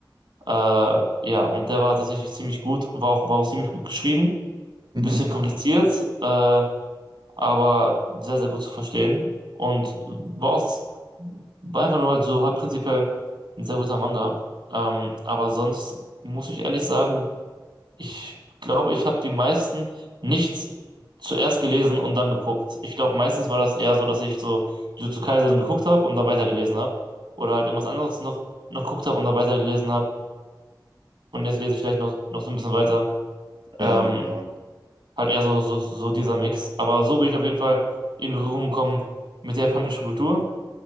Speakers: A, on the right; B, on the right.
A: Äh, ja, und der war tatsächlich ziemlich gut, war auch, war auch ziemlich gut geschrieben,
B: Mhm.
A: ein bisschen kompliziert. Äh, aber sehr, sehr gut zu verstehen. Und war, auch, war einfach nur halt so halt prinzipiell ein sehr guter Manga. Ähm, aber sonst muss ich ehrlich sagen, ich glaube, ich habe die meisten nicht zuerst gelesen und dann geguckt. Ich glaube, meistens war das eher so, dass ich so Jujutsu Kaisen geguckt habe und dann weitergelesen habe. Oder halt irgendwas anderes noch, noch geguckt habe und dann weitergelesen habe. Und jetzt lese ich vielleicht noch, noch so ein bisschen weiter. Ähm,
B: Ja, nochmal.
A: Halt eher so, so, so dieser Mix. Aber so bin ich auf jeden Fall in Berührung gekommen mit der japanischen Kultur.